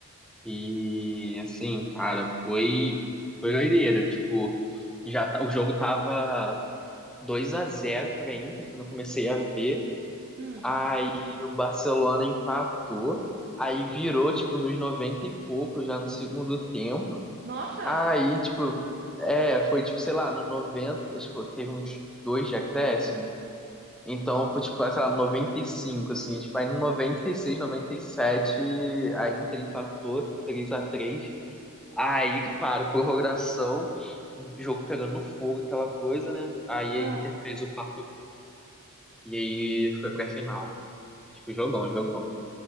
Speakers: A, in the centre; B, on the right (about 45°).
A: E assim, cara, foi foi doideiro, tipo, já tá- o jogo tava 2 a zero pra Inter quando eu comecei a ver.
B: Hum.
A: Aí o Barcelona empatou, aí virou tipo nos 90 e pouco já no segundo tempo.
B: Nossa!
A: Aí, tipo, é, foi tipo, sei lá, no 90 acho que teve uns dois de acréscimo. Então foi tipo, sei lá, 95 assim. Tipo, aí no noventa noventa e seis noventa e sete a Inter empatou três a três Aí, claro, prorrogação, o jogo pegando no fogo, aquela coisa, né? Aí
B: Ah,
A: a Inter fez o quarto gol. E aí foi pra final. Tipo, jogão, jogão.